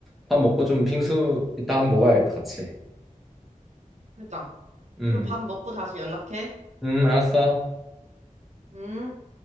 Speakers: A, in the centre; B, on the right.
A: 밥 먹고 좀 빙수 이따 한번 먹어야겠다, 같이.
B: 그러니까.
A: 음,
B: 그럼 밥 먹고 다시 연락해.
A: 음, 알았어.
B: 응?